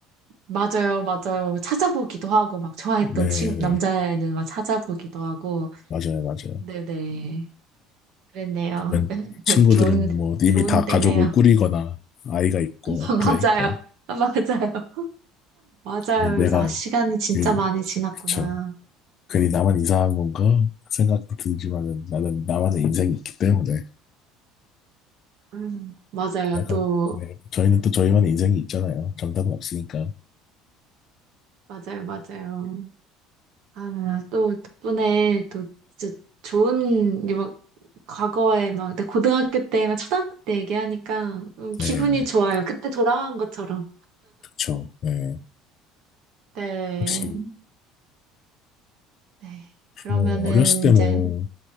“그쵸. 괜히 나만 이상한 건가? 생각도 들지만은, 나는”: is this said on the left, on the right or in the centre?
Left